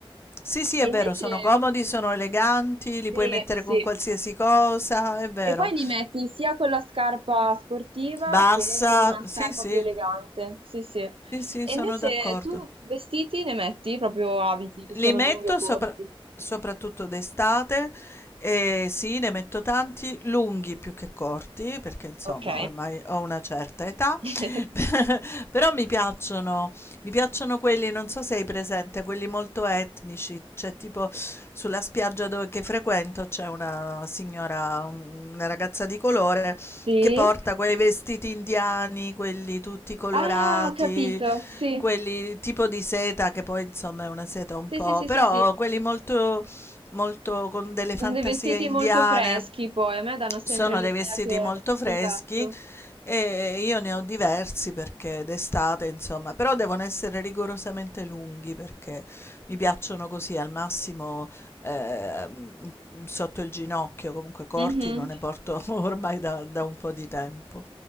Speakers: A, on the left; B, on the right.
A: Sì, sì, è
B: E
A: vero,
B: invece,
A: sono comodi, sono eleganti, li
B: sì,
A: puoi mettere
B: sì.
A: con qualsiasi cosa, è vero.
B: E poi li metti sia con la scarpa sportiva
A: Bassa,
B: che con una scarpa
A: sì, sì,
B: più elegante. Sì, sì. E
A: sì, sì, sono
B: invece
A: d'accordo.
B: tu vestiti ne metti proprio abiti, che
A: Li
B: siano
A: metto
B: lunghi o corti.
A: sopra- soprattutto d'estate e sì, ne metto tanti, lunghi più che corti, perché insomma
B: Ok.
A: ormai ho una certa età,
B: <laughs>
A: <laughs> però mi piacciono Mi piacciono quelli, non so se hai presente, quelli molto etnici, c'è tipo sulla spiaggia dove, che frequento c'è una signora, un- una ragazza di colore
B: Sì.
A: che porta quei vestiti indiani, quelli tutti colorati,
B: Ah, ho capito. Sì.
A: quelli tipo di seta che poi insomma è una seta un
B: Sì,
A: po',
B: sì, sì,
A: però
B: sì, sì.
A: quelli molto, molto con delle
B: Sono
A: fantasie
B: dei vestiti
A: indiane.
B: molto freschi poi, a me danno sempre
A: Sono
B: l'idea
A: dei vestiti
B: che...
A: molto freschi
B: Esatto.
A: e io ne ho diversi perché d'estate, insomma, però devono essere rigorosamente lunghi perché mi piacciono così al massimo ehm, sotto il ginocchio, comunque corti
B: Mhm.
A: non ne porto <laughs> ormai da, da un po' di tempo.